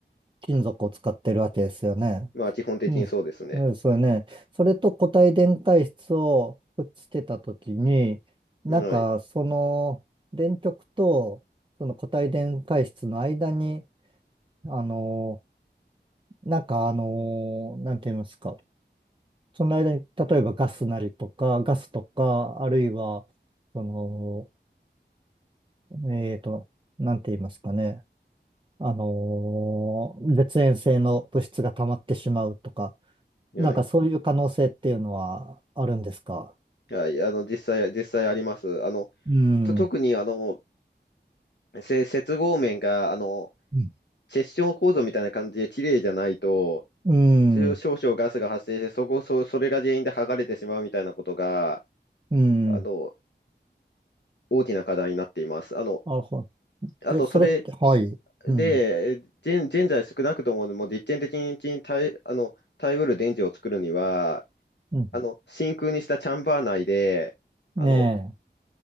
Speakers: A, on the right (about 25°); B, on the left (about 70°).
A: 金属を使ってるわけですよね。
B: まあ、基本的にそうですね。
A: うん、うんそうね。それと固体電解質をくっつけたときに、なんかその電極とその固体電解質の間に、
B: はい。
A: あの、なんかあのーなんて言いますか。その間に、例えばガスなりとか、ガスとか、あるいは、その、えーと、なんて言いますかね。あのー絶縁性の物質が溜まってしまうとか、
B: はい。
A: なんかそういう可能性っていうのはあるんですか
B: はい。あの、実際、実際あります。あの、
A: うん、
B: と、特に、
A: う
B: あの、せ接合面が、あの、
A: ん、
B: 結晶構造みたいな感じで綺麗じゃないと、
A: うん、
B: 少少々ガスが発生して、そこ、そ、それが原因で剥がれてしまうみたいなことが、
A: うん。
B: あの、大きな課題になっています。あの、
A: なるほ
B: あと、
A: ど。え、それって、
B: それ、
A: はい。
B: で、
A: うん、
B: 現、現在少なくとも、もう実験的に耐え、あの、耐えうる電池を作るには、
A: うん。
B: あの、真空にしたチャンバー内で、
A: ね
B: あの、